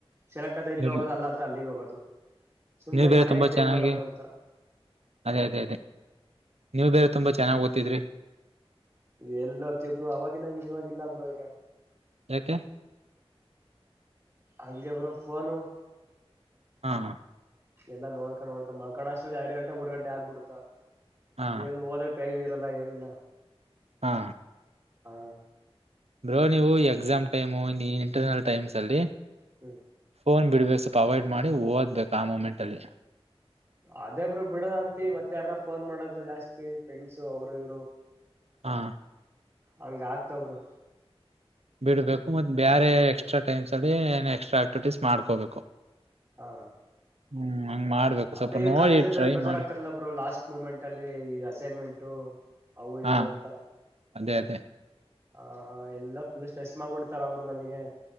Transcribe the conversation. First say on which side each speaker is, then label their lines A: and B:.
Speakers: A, on the right; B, on the right.
A: ಸೆಲೆಕ್ಟ್ ಆದ್ರೆ ಇಲ್ಲಿ
B: ನೀವ್
A: ಹೋಗದು ಅಲ್ಲ ಅಂದ್ರೆ ಅಲ್ಲಿಗೆ ಹೋಗೋದು ಸುಮ್ನೆ
B: ನೀವ್ ಬೇರೆ
A: ಮನೆಗಿದ್ದ
B: ತುಂಬಾ ಚೆನ್ನಾಗಿ
A: ಏನ್ ಮಾಡೋದು ಅಂತ
B: ಅದೇ ಅದೇ ಅದೇ ನೀವು ಬೇರೆ ತುಂಬಾ ಚೆನ್ನಾಗ ಓತ್ತಿದ್ರಿ
A: ಎಲ್ಲೋತ್ತೀವ್ ಬ್ರೊ ಅವಾಗಿನಂಗಿವಾಗ್ ಇಲ್ಲ ಬ್ರೊ ಈಗ
B: ಯಾಕೆ
A: ಹಂಗೆ ಬರ ಪನು
B: ಹಾ ಹಾ
A: ಎಲ್ಲಾ ನೋಡ್ಕಾ ನೋಡ್ಕ ಮಕಣಷ್ಟ ಎರಡು ಗಂಟೆ ಮೂರ್ ಗಂಟೆ ಆಗ್ಬಿಡುತ್ತಾ
B: ಹಾ
A: ನೀ ಹೋದ ಟೈಮ್ ಇರಲ ಏನಿಲ್ಲ
B: ಹಾ
A: ಹಾ
B: ಬ್ರೋ ನೀವು ಎಕ್ಸಾಮ್ ಟೈಮು ಇಂಟರ್ನಲ್ ಟೈಮ್ಸ್ ಅಲ್ಲಿ
A: ಹ್ಮ್
B: ಫೋನ್ ಬಿಡ್ಬೇಕು ಸ್ವಲ್ಪ ಅವೈ್ಡ್ ಮಾಡಿ ಓದ್ಬೇಕು ಆ ಮೂೊಮೆಂಟ್ ಅಲ್ಲಿ
A: ಅದೇಬರು ಬಿಡದ ಅಂತಿ ಮತ್ತೆ ಯಾರ ಫೋನ್ ಮಾಡೋದು ಜಾಸ್ತಿ ಫ್ರೆಂಡ್ಸು ಅವರು ಇವರು
B: ಹಾ
A: ಹಂಗ ಆಗ್ತವ ಬ್ರೋ
B: ಬಿಡ್ಬೇಕು ಮತ್ತ ಬೇರೆ ಎಕ್ಸ್ಟ್ರಾ ಟೈಮ್ಸ್ ಅಲ್ಲಿ ಏ ಎಕ್ಸ್ಟ್ರಾ ಆಕ್ಟಿವಿಟೀಸ್ ಮಾಡ್ಕೋಬೇಕು
A: ಹಾ
B: ಹ್ಮ್ ಹಂಗ್ ಮಾಡ್ಬೇಕು ಸ್ವಲ್ಪ
A: ಅದೇ
B: ನೋಡಿ
A: ಕಾಲೇಜಲ್ಲಿ ಬೇರೆ
B: ಟ್ರೈ
A: ಪ್ರೆಷರ್
B: ಮಾಡಿ
A: ಹಾಕ್ತಾರಲಾ ಬ್ರೋ ಲಾಸ್ಟ್ ಮೂಮೆಂಟ್ ಅಲ್ಲಿ ಅಸೈನ್ಮೆಂಟ ಅವು ಇವು
B: ಹಾ
A: ಅಂತ
B: ಅದೇ ಅದೇ
A: ಹ ಎಲ್ಲ ಫುಲ್ ಸ್ಟ್ರೆಸ್ ಮಾಡ್ಬಿಡ್ತಾರ ಅವರು ನಮಗೆ